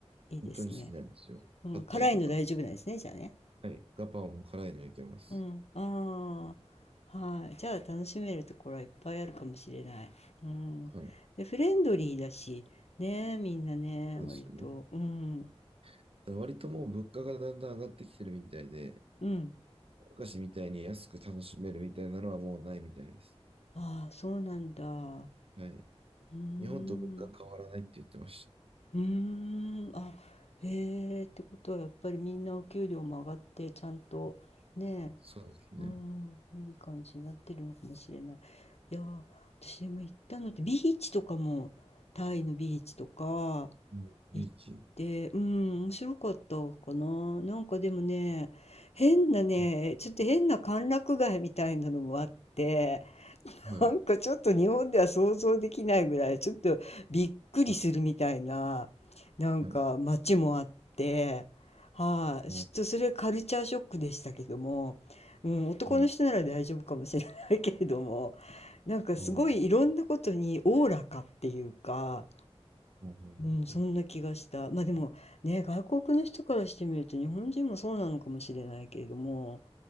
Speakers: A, on the left (about 80°); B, on the right (about 60°).
A: い、いいですね。
B: 本当に好きなんですよ。
A: うん、
B: パッタイとか、
A: 辛いの大丈夫なんですね、じゃあね。
B: はい、ガパオも辛いのいけます。
A: うん、ああ、はい。じゃあ楽しめるところはいっぱいあるかもしれない。うん。
B: はい、
A: で、フレンドリーだし、ねみんなね、
B: そうですよね。
A: 割と。うん。
B: ただから割ともう物価がだんだん上がってきてるみたいで、
A: うん。
B: 昔みたいに安く楽しめるみたいなのはもうないみたいです。
A: ああ、そうなんだ。う
B: はい。
A: ーん。
B: 日本と物価変わらないって言ってました。
A: うーん。あ、へえ、ってことはやっぱりみんなお給料も上がって、ちゃんと、ね
B: そうですね。
A: うん、いい感じになってるのかもしれない。いやー、私でも行ったのって、ビーチとかも、タイのビーチとか、
B: うん、ビーチ。
A: 行って、うん、面白かったかな。なんかでもね、変なね、
B: は
A: ちょっと変な歓楽街みたいなのもあって、
B: い。はい。
A: なんかちょっと日本では想像できないぐらい、ちょっとびっくりするみたいな、
B: はい。
A: なんか街もあって、
B: はい
A: はい、
B: お
A: ちょっとそれカルチャーショックでしたけども、うん、男の人なら大丈夫かもしれないけれども、
B: お
A: なんかすごいいろんなことにおおらかっていうか、
B: おおお
A: うん、そんな気がした。まあでもね、外国の人からしてみると日本人もそうなのかもしれないけれども、